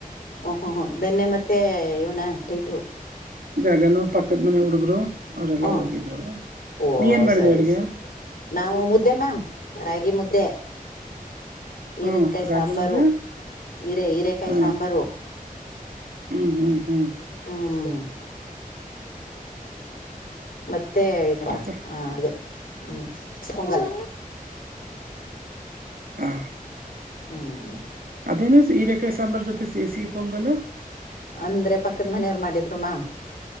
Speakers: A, on the left; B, on the right.
A: ಓಹೋ ಹ ದನ್ನೆ ಮತ್ತೆ ಇವನ ಟೈಟು
B: ಜಾಗನು ಪಕ್ಕದ ಮನೆ ಹುಡುಗರು ಅವರೆಲ್ಲ
A: ಹ
B: ಹೋಗಿದ್ರು
A: ಓ
B: ನೀ ಏನ್ ಮಾಡಿದೆ
A: ಸರಿ
B: ಅಡ್ಗೆ
A: ನಾವು ಮುದ್ದೆ ಮ್ಯಾಮ್ ರಾಗಿ ಮುದ್ದೆ ಹರದ್ಕಾಯಿ
B: ಹ್ಮ್ ರಾಗಿ
A: ಸಾಂಬಾರು
B: ಮುದ್ದೆ
A: ಹೀರೆ ಹೀರೆೇಕಾಯಿ
B: ಹ
A: ಸಾಂಬಾರು
B: ಹ್ಮ್ ಹ್ಮ್ ಹ್ಮ್
A: ಹ ಮತ್ತೆ ಇ
B: ಮತ್ತೆ
A: ಹ ಇದು ಹ್ಮ ಸ್ಪುಂಗಲ್
B: ಹಾ
A: ಹ್ಮ್ ಹ್ಮ
B: ಅದೇನು ಈ ರಕಾಯ ಸಾಂಬಾರ್ದೊತೆ ಸಿ ಸಿ ಪೊಂಗಲ್
A: ಅಂದ್ರೆ ಪಕ್ಕದ ಮನೆಯವರು ಮಾಡಿದ್ರು ಮಾ